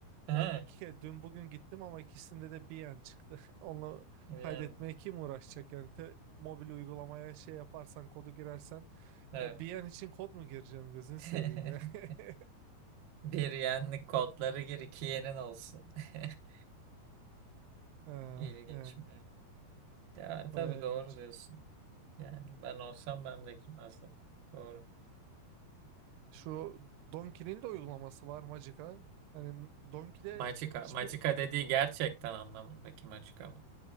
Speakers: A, on the right (about 70°); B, on the right (about 90°).
A: Ha.
B: Ben iki kere dün bugün gittim ama ikisinde de bir yen çıktı. <laughs> Onu
A: Bir yenlik.
B: kaydetmeye kim uğraşacak yani te, mobil uygulamaya şey yaparsan kodu girersen
A: Evet.
B: ya 1 yen için kod mu gireceğim gözünü
A: <laughs>
B: seveyim ya. <laughs>
A: Bir yenlik kodları gir, iki yenin olsun. <laughs>
B: Ha,
A: İlginç
B: yani
A: mi? Ya
B: bayağı
A: tabii doğru
B: ilginç.
A: diyorsun. Yani ben olsam ben de girmezdim. Doğru.
B: Şu Donkey'nin de uygulaması var Magica. Hani Donkey'de
A: Magica.
B: hiçbir
A: Magica dediği gerçekten anlamındaki Magica mı?